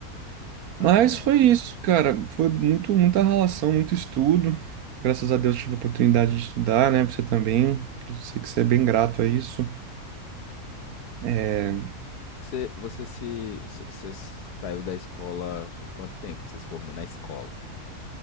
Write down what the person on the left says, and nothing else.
ah,
você, você se, você você saiu da escola, tem quanto tempo que você se formou na escola?